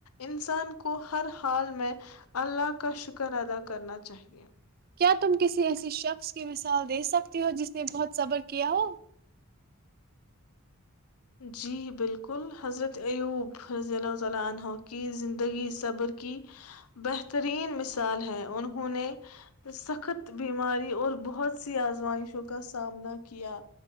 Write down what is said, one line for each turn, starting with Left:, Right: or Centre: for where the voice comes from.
Left: انسان کو ہر حال میں اللہ کا شکر ادا کرنا چاہیے
Right: کیا تم کسی ایسی شخص کی مثال دے سکتی ہو جس نے بہت صبر کیا ہو
Left: جی بالکل حضرت ایوب حضی اللہ تعالی عنہ کی زندگی صبر کی بہتر رین مثال ہے انہوں نے سخت بیماری اور بہت سی آزمائشوں کا سامنا کیا